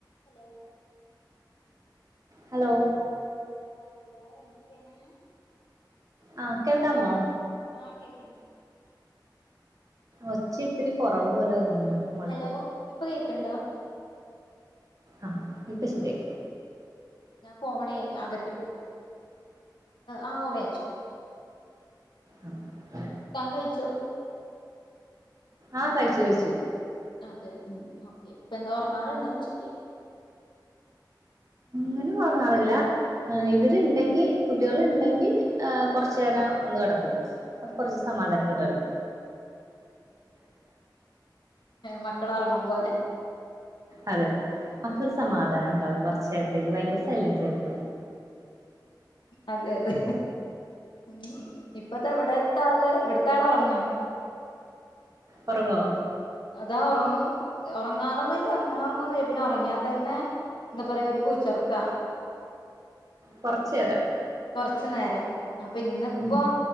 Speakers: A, on the left (about 80°); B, on the right (about 45°).
A: hello
B: hello
A: ആഹ് hello എന്താ ചെയ്യണേ
B: ആ കേൾക്കാമോ
A: ആഹ് കേക്കണ്ട്
B: ഒച്ച ഇത്തിരി കൊറവ് പോലെ തോന്നുന്നുണ്ട് മോൾടെ
A: ഹലോ ഇപ്പൊ കേക്കണ്ടോ
B: ആ ഇപ്പ ശെരിയായി
A: ഞാനെ ഫോണെ അകത്തിട്ട് ആ ഓടെ അയച്ചു
B: ഉഹ
A: താൻ കഴിച്ചോ
B: ആഹ കഴിച്ചു കഴിച്ചു
A: അതെ ഉ ഓക്കെ ഇപ്പൊ എന്താ ഉറങ്ങാറുണ്ടോ ഉച്ചക്ക്
B: അങ്ങനെ ഉറങ്ങാറില്ല ഇവരുണ്ടെങ്കിൽ കുട്ടികൾ ഉണ്ടെങ്കിൽ കുറച്ച നേരം ഒന്ന് കിടക്കും അപ്പൊ കുറച്ച് സമാധാനം കിട്ടാലോ
A: മക്കൾ ഉറങ്ങുമ്പോ അല്ലെ
B: അതെ അപ്പൊ ഒരു സമാധാനം ഉണ്ടാവും കുറച്ച നേരത്തേക്ക് ഭയങ്കര സൈലൻസ് ആയിക്ക
A: അതെ അതെ ഉ ഇപ്പത്തെ അവിടത്തെ ആള് ഇവിടത്തെ ആള് ഉറങ്ങാ
B: ഉറങ്ങോ
A: അതാ ഉറങ്ങണം ഉറങ്ങാറൊന്നുംല്ലേ അങ്ങനെ ഉറങ്ങന്ന പിന്നെ ഉറങ്ങിയാത്ത തന്നെ എന്താ പറയാ ഒരു പൂച്ചറോക്കവ
B: കുറച്ചു നേരാം
A: കൊറച്ചു നേരം അപ്പൊ ഇന്നിപ്പോ
B: ഉം